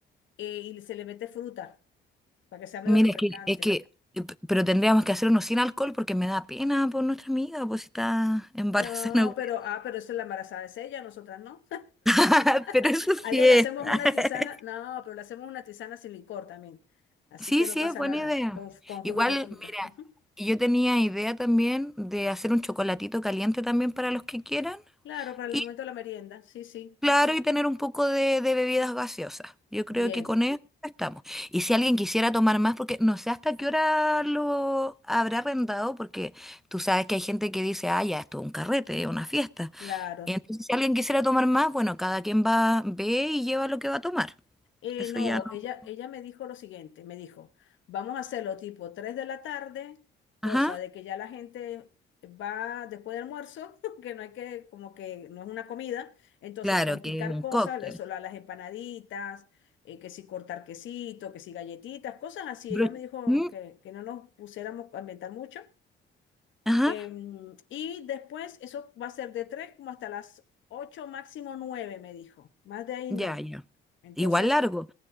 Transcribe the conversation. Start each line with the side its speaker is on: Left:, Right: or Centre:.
Left: eh, y se le mete fruta para que sea medio
Centre: Mira,
Left: refrescante.
Centre: es que, es que, eh, p- pero tendríamos que hacer uno sin alcohol porque me da pena por nuestra amiga, pues si está embarazada,
Left: No,
Centre: weá.
Left: pero, ah, pero eso es la embarazada es ella, nosotras no.
Centre: <laughs> pero
Left: <laughs>
Centre: eso sí
Left: A ella
Centre: está.
Left: le hacemos una
Centre: <laughs>
Left: tisana, no, pero le hacemos una tisana sin licor también. Así
Centre: Sí,
Left: que
Centre: sí,
Left: no pasa
Centre: es buena
Left: nada,
Centre: idea.
Left: con, con
Centre: Igual,
Left: jugo de fruta.
Centre: mira,
Left: <laughs>
Centre: yo tenía idea también de hacer un chocolatito caliente también para los que quieran
Left: Claro, para el
Centre: y
Left: momento de la merienda, sí, sí.
Centre: Claro, y tener un poco de, de bebidas gaseosas. Yo creo
Left: Bien,
Centre: que con eso estamos. Y si
Left: bueno,
Centre: alguien quisiera tomar más, porque no sé hasta qué hora lo habrá arrendado, porque tú sabes que hay gente que dice, ah, ya, esto es un carrete, es una fiesta.
Left: claro.
Centre: Y entonces, si alguien quisiera tomar más, bueno, cada quien va, ve y lleva lo que va a tomar.
Left: Eh,
Centre: Eso
Left: no,
Centre: ya no.
Left: ella, ella me dijo lo siguiente, me dijo, vamos a hacerlo tipo 3 de la tarde, cosa
Centre: Ajá.
Left: de que ya la gente va después del almuerzo, <laughs> que no hay que, como que no es una comida, entonces
Centre: Claro,
Left: con
Centre: que
Left: picar
Centre: es un
Left: cosas,
Centre: cóctel.
Left: eso, la- las empanaditas, eh, que si cortar quesito, que si galletitas, cosas así.
Centre: Bro-
Left: Ella me dijo
Centre: mm,
Left: que, que no nos pusiéramos a inventar mucho
Centre: Ajá.
Left: Em, y después eso va a ser de 3 como hasta las 8 máximo nueve me dijo. Más de ahí
Centre: Ya,
Left: no.
Centre: ya.
Left: Entonces,
Centre: Igual largo.